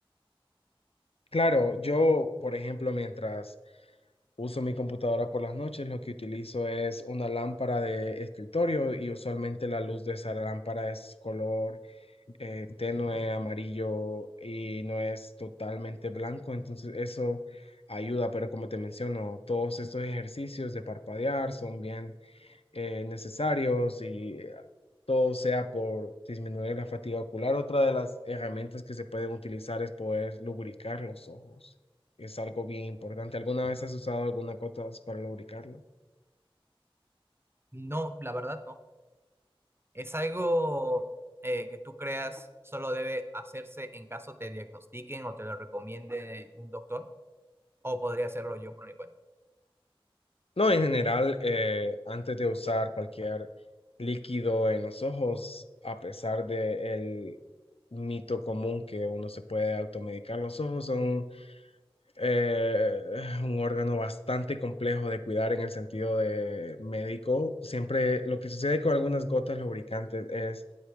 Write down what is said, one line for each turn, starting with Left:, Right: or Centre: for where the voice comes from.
Left: claro, yo, por ejemplo, mientras... Uso mi computadora por las noches, lo que utilizo es una lámpara de escritorio y usualmente la luz de esa lámpara es color eh, tenue amarillo y no es totalmente blanco, entonces eso ayuda, pero como te menciono, todos estos ejercicios de parpadear son bien eh, necesarios y eh, todo sea por disminuir la fatiga ocular. Otra de las herramientas que se pueden utilizar es poder lubricar los ojos. Es algo bien importante. ¿Alguna vez has usado alguna cosa para lubricarlo?
Right: No, la verdad no. Es algo eh, que tú creas solo debe hacerse en caso te diagnostiquen o te lo recomiende un doctor, o podría hacerlo yo por mi cuenta.
Left: No, en general, eh, antes de usar cualquier líquido en los ojos, a pesar del mito común que uno se puede automedicar, los ojos son eh, un órgano bastante complejo de cuidar en el sentido de médico. Siempre lo que sucede con algunas gotas lubricantes es